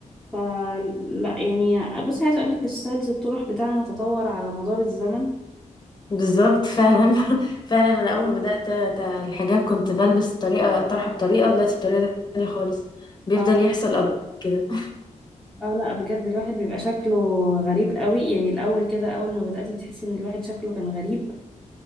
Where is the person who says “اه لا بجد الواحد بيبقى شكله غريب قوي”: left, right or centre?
Centre